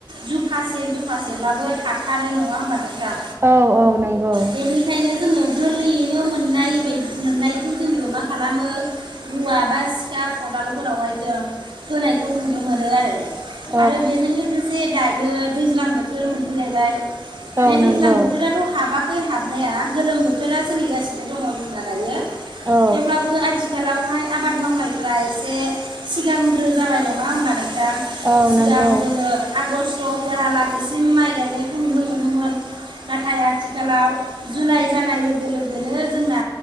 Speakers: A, on the right (about 75°); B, on the right (about 30°).
A: जुफासे जुफासेब्लाबो थाथारो नङा होमबा नों थां
B: औ औ नंगौ
A: बेनिखायनो जोङो गोरलैयैनो मोननाय बाय मोननायखौ जोङो मा खालामो रुआबा सिखा खदालफोरावहाय जों होनाय खौ नुनो मोनो आरो
B: औ
A: आरो बेजों लोगोसे दायो दैज्लां बोथोर मोन लायबाय माने
B: औ
A: दैज्लां
B: नंगौ
A: बोथोराथ हाबा खै हाबनाया गोलोम बोथोरा सोलिगासिनो दङ दंना दायो
B: औ
A: थेवब्लाबो आथि खालावहाय आबाद मावनाय फोरा एसे सिगांग्रो जाबाय नङा होमब नों दा सिगां
B: औ नंगौ
A: जोङो आगष्ट फोरा लागि सिम माइ गायनायखौ नुनो मोनोमोन नाथाय आथिखालाव जुलाइ जानाय लोगो लोगोनो जोंना